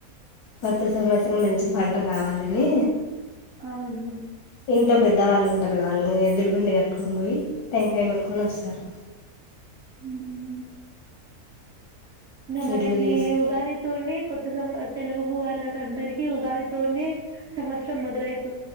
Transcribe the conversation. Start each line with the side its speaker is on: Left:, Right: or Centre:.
Left: కొత్త సంవత్సరం మంచి పంట రావాలని
Right: అవునవును
Left: ఇంట్లో పెద్దవాళ్ళు వాల్లే ఎద్దుల బండి కట్టుకొని పోయి టెంకాయ కొట్టుకొని వస్తారు
Right: ఉమ్. మనకి
Left: ఇట్లా చేసి
Right: ఉగాదితోని కొత్త సంవ తెలుగు వాళ్ళకి అందరికీ ఉగాదితోనే సంవత్సరం మొదలై